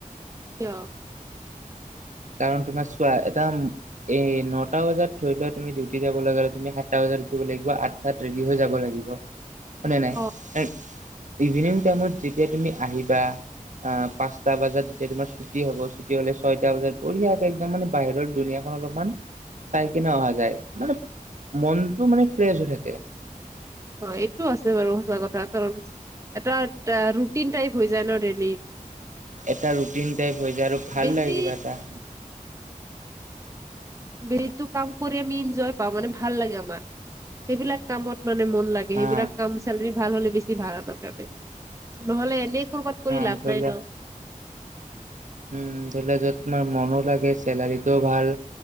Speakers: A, on the right; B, on the right.
A: কিয়
B: কাৰণ তোমাৰ চোৱা এটা এই নটা বজাত ধৰি লোৱা তুমি ডিউটি যাব লগা তুমি সাতটা বজাত উথিব লাগিব ৰেডি হৈ যাব লাগিব হয় নে নাই
A: অ
B: ইভিনিং টাইমত যেতিয়া তুমি আহিবা অ পাঁচটা বজাত এতিয়া তোমাৰ ছুটি হ'ব ছুটি হলে ছয়টা বজাত, বৰিয়াকে একদম মানে বাহিৰৰ দুুনীয়াখন অলপমান চাই কিনে অহা যায় মানে, মনটো মানে ফ্ৰেছ হৈ থাকে।
A: অ এইটো আছে বাৰু হঁচা কথা কাৰণ, এটা ৰুটিন টাইপ হৈ যায় ন ডেলি
B: এটা ৰুটিন টাইপ হৈ যায় আৰু ভাল
A: বেছি
B: লাগে কিবা এটা,
A: যটো কাম কৰি আমি এনজয় পাওঁ মানে ভাল লাগে আমাৰ সেইবিলাক কামত, মানে মন লাগে
B: হা
A: সেইবিলাক কাম চালৰি ভাল হ'লে বেছি ভাল আমাৰ কাৰণে নহ'লে এনে, কুৰপাত
B: হা
A: কৰি
B: অঞ্চল
A: লাভ নাই ন
B: উম ধৰি লোৱা যত তোমাৰ মনো লাগে চেলাৰীটোও ভাল,